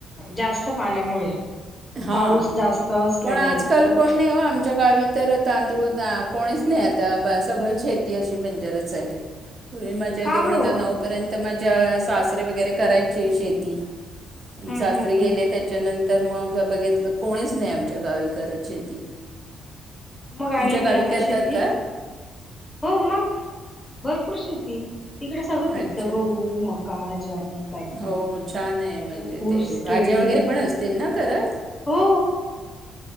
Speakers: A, on the left; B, on the right.
A: जास्त पाण्यामुळे.
B: हा
A: पाऊस जास्त असल्यामुळे
B: पण आजकाल
A: किंवा
B: कोण नाही हो आमच्या गावी तर तांदूळ दा कोणीच नाही आता ब सगळी शेती अशी बंजरच आहे. पूर्वी माझ्या
A: का
B: दोन
A: बरं
B: हजार
A: हो
B: नऊ पर्यंत माझ्या सासरे वगैरे करायचे शेती.
A: हम्म
B: सासरे
A: हम्म
B: गेले
A: हम्म.
B: त्याच्यानंतर मग ग बघितलं कोणीच नाही आमच्या गावी करत शेती.
A: मग आणि
B: तुमच्या गावी
A: ती आता
B: करतात
A: शेती
B: का
A: हो मग भर पूर शेती तिकडे सगळं पिकतं
B: अच्छा
A: गहू, मका, ज्वारी बाजरी
B: हो छान आहे म्हणजे,
A: ऊस,
B: ते भाज्या
A: केळी
B: वगैरे पण असतील ना करत?
A: हो.